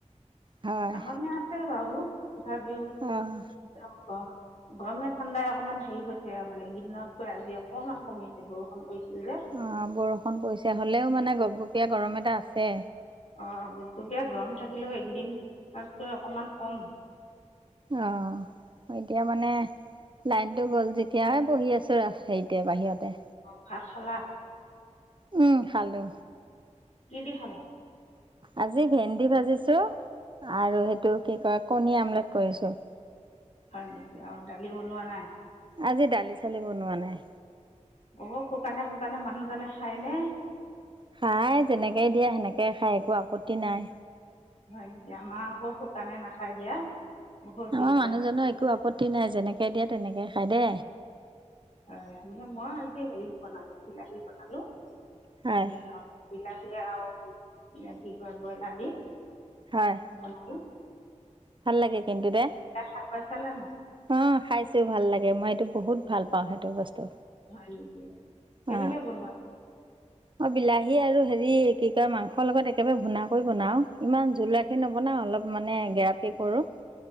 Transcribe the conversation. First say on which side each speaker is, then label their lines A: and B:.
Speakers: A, on the right; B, on the left.
A: হয়।
B: আমাৰ পিনে আছে বাৰু। ভাবিও
A: অ',
B: গৰম গৰমে ঠাণ্ডাই অকণমান হেৰি হৈছে মানে এইকেইদিনতকৈ আজি অকণমান কমিছে বৰষুণ পৰিছিল যে।
A: অ বৰষুণ পৰিছে হলেও মানে গপ গপনি। এয়া গৰম এটা আছে।
B: অ গুপ গুপীয়া গৰম থাকিলেও এইকেইদিনাতকৈ অকমান কম।
A: অ', অ', এতিয়া মানে লাইনটো গ'ল যেতিয়া আৰু বহি আছো আৰু হেৰিতে বাহিৰতে। <unintelligible>
B: ভাত খালা।
A: উম ভালো
B: কি দি খালা।
A: আজি ভেন্দি ভাজিছো আৰু সে। টো কি কয় কণী আমলেট কৰিছো।
B: হয় নেকি আৰু দালি বনোৱা নাই।
A: আজি দালি চালি বনোৱা নাই
B: অ শুকানে শুকানে মানুহজনে খায়নে <unintelligible>
A: খাই যেনেকে দিয়া সেনেকে খাই একো আপত্তি নাই।
B: হয় নেকি আমাৰ আকৌ শুকানে নাখায় দিয়া বহুত দিগদাৰ।
A: আমাৰ মানুহজনৰ একো আপত্তি নাই যেনেকে দিয়া তেনেকে। খাই দে
B: অ ম মই আজি হেৰি বনালো বিলাহী বনালো
A: হয়,
B: দে হক বিলা আৰু কি কয় ব্ৰইলাৰ দি
A: হয়।
B: বনাটো
A: ভাল লাগে কিন্তু দে।
B: খাই পাইছানে নাই
A: অ খাইছোও ভাল লাগে মই এইটো বহুত ভাল পাও সেইটো বস্তু
B: হয় নেকি? কেনেকে
A: অ
B: বনোৱা
A: অই বিলাহী আৰু হে এই কি কয় মাংসৰ লগত একেবাৰে ভুনা কৰি বনাও ইমান জোলাখি নবনাও অলপ মানে গেৰাপ সেই কৰোঁ